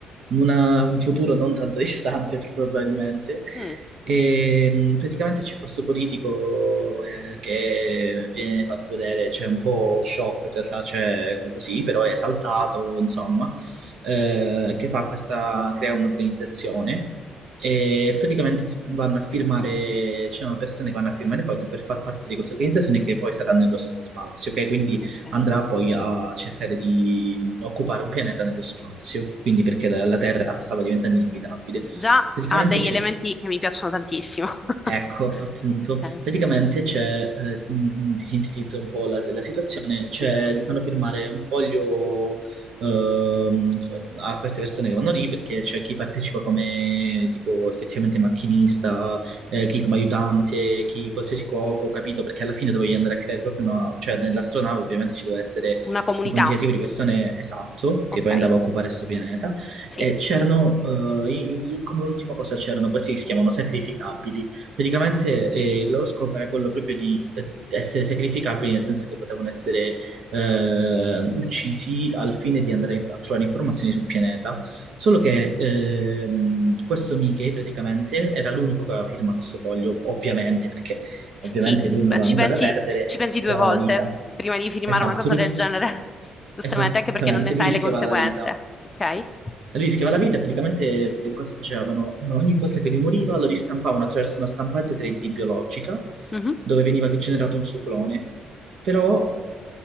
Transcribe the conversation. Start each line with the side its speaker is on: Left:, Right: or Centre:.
Right: una- un futuro non tanto <laughs> distante probabilmente.
Left: Mm,
Right: E mh, praticamente c'è questo politico eh, che viene fatto vedere, c'è un po' shock in realtà, c'è così, però è esaltato, insomma, eh, che fa questa, crea un'organizzazione e praticamente si- vanno a firmare, ci sono persone che vanno a firmare fogli per far parte di questa organizzazione che poi sarà nello spazio, ok? Quindi
Left: ok.
Right: andrà poi a cercare di mh, occupare un pianeta nello spazio, quindi perché la la Terra stava diventando inabitabile.
Left: Quindi già
Right: Praticamente
Left: ha degli
Right: c'è
Left: elementi che mi piacciono tantissimo. <laughs>
Right: Ecco, appunto,
Left: Ok,
Right: praticamente c'è, eh, mh, ti sintetizzo un po' la, la situazione, c'è,
Left: sì.
Right: gli fanno firmare un foglio ehm, cioè, a queste persone che vanno lì perché c'è chi partecipa come tipo effettivamente macchinista, eh, chi come aiutante, chi qualsiasi cuoco, capito? Perché alla fine dovevi andare a creare proprio una, cioè nell'astronave ovviamente ci doveva essere
Left: Una comunità,
Right: un quantitativo di persone esatto,
Left: ok?
Right: che poi andava a occupare questo pianeta,
Left: Sì,
Right: e c'erano, eh, i- come ultima cosa c'erano questi che si chiamano sacrificabili Praticamente eh, il loro scopo era quello proprio di eh, essere sacrificabili, nel senso che potevano essere eh, uccisi al fine di andare a trovare informazioni sul pianeta. Solo che ehm, questo Mickey praticamente era l'unico che aveva firmato sto foglio, ovviamente, perché ovviamente
Left: sì,
Right: lui non
Left: beh,
Right: aveva
Left: ci
Right: nulla
Left: pensi,
Right: da perdere
Left: ci
Right: e
Left: pensi
Right: rischiava
Left: due volte
Right: la vita.
Left: prima di firmare
Right: Esatto,
Left: una cosa
Right: lui-
Left: del genere, <laughs> giustamente,
Right: esattamente,
Left: anche perché non ne sai
Right: lui rischiava
Left: le conseguenze,
Right: la vita.
Left: ok?
Right: Lui Rischiava la vita, praticamente cosa facevano? Eh, Ogni volta che lui moriva lo ristampavano attraverso una stampante 3D biologica
Left: Mhm.
Right: dove veniva generato un suo clone. Però